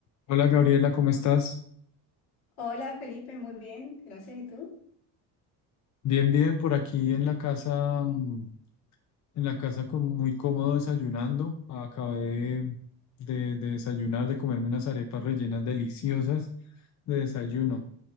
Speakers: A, on the left; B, on the left.
A: Hola Gabriela, ¿cómo estás?
B: Hola Felipe, muy bien, gracias. ¿Y tú?
A: Bien, bien, por aquí en la casa, mm, en la casa como muy cómodo desayunando. Acabé de, de- de desayunar, de comerme unas arepas rellenas deliciosas de desayuno.